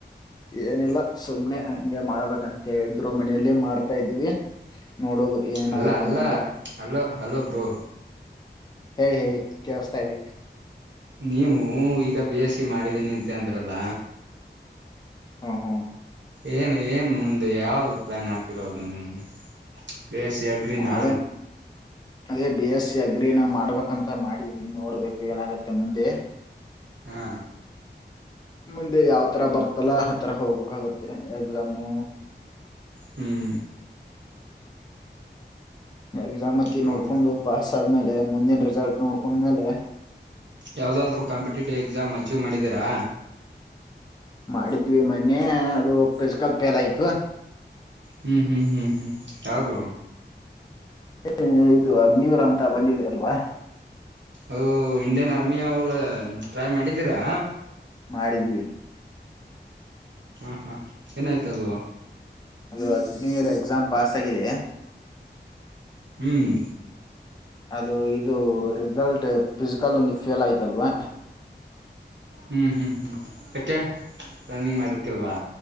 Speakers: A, on the left; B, on the right.
A: ಏನಿಲ್ಲ ಸುಮ್ನೆ ಹಿಂಗೆ ಮಾಡ್ಬೇಕಂತೇಳಿದ್ರು ಮನೆಯಲ್ಲಿ ಮಾಡ್ತಾ್ದೀವಿ ನೋಡದು ಏನೇನಾಗುತ್ತೆ
B: ಅಲ್ಲ ಅಲ್ಲ
A: ಮುಂದೆ
B: ಹಲೋ ಹಲೋ ಬ್ರೋ
A: ಹೇಳಿ ಹೇಳಿ ಕೇಳಸ್ತಾ ಇಿ
B: ನೀವು ಈಗ ಬಿ ಎಸ್ ಸಿ ಮಾಡಿದೀನಿ ಅಂತೆ ಅಂದ್ರಲ್ಲ
A: ಹಾ ಹಾ
B: ಏನ್ ಏನ್ ಮುಂದೆ ಯಾವ್ದು ಪ್ಲಾನ್ ಹಾಕಿರೋದು ನೀವು ಬಿ ಎಸ್ ಸಿ ಅಗ್ರಿನಾ
A: ನಾವೇ ಅ ಬಸ್ ಅಗ್ರನ ಮಾಡ್ಬೇಕಂತ ಮಾಡಿದೀನಿ ನೋಡ್ಬೇಕು ಏನಾಗುತ್ತೆ ಮುಂದೆ
B: ಹಾ
A: ಮುಂದೆ ಯಾವ್ ತರ ಬರ್ತಲ್ಲ ಆ ತರ ಹೋಗ್ಬೇಕಾಗತ್ತೆ ಎಕ್ಸಾಮು
B: ಹ್ಮ್
A: ಎಕ್ಸಾಮ್ ಹತ್ತ
B: ಹೌದು
A: ನೋಡ್ಕೊಂಡು ಪಾಸ್ ಆದ್ಮೇಲೆ ಮುಂದಿನ ರೆಸಲ್ಟ್ ನೋಡ್ಕೊಂಡ್ಮೇಲೆ
B: ಯಾವುದಾದ್ರರು ಕಾಂಪಿಟೇಟಿವ್ ಎಕ್ಸಾಮ್ ಅಚೀವ್ ಮಾಡಿದೀರಾ
A: ಮಾಡಿದ್ವಿ ಮೊನ್ನೆ ಅದು ಫಿಸಿಕಲ್ ಪೇಲ್ ಆಯ್ತು
B: ಹ್ಮ್ ಹ್ಮ್ ಹ್ಮ್ ಹ್ಮ್ ಯಾವ್ದು
A: ಹ ಇದು ಅಗ್ನಿವರ ಅಂತ ಬಂದಿದೆ ಅಲ್ವಾ
B: ಅ ಇಂಡಿಯನ್ ಆರ್ಮಿ ಅವಳ ಟ್ರೈ ಮಾಡಿದ್ದೀರಾ
A: ಮಾಡಿದ್ವಿ
B: ಹಾ ಹಾ ಏನಾಯ್ತ ಅದುವ
A: ಅದು ಹದಿನ ಎಕ್ಸಾಮ್ ಪಾಸ್ ಆಗಿದೆ
B: ಹ್ಮ್
A: ಅದು ಇದು ರಿಸಲ್ಟ್ ಫಿಸಿಕಲ್ ಒಂದು ಫೇಲ್ ಆಯ್ತಲ್ವಾ
B: ಹ್ಮ್ ಹ್ಮ್ ಹ್ಮ್ ಯಾಕೆ ರನ್ನಿಂಗ್ ಮಾಡರ್ಕಲ್ವಾ